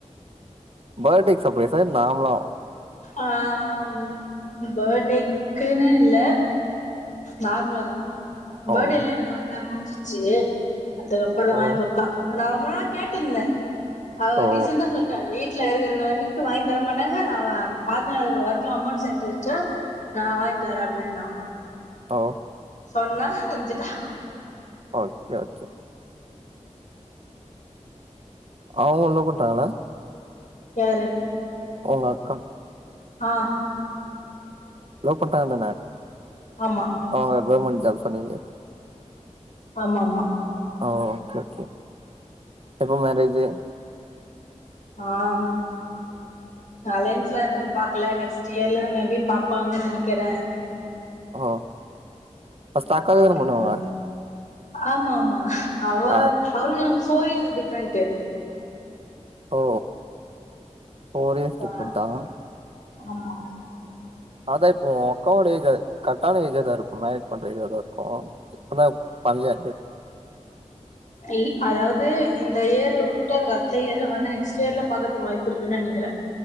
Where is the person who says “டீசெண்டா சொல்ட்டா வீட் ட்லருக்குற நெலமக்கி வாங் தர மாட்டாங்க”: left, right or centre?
Left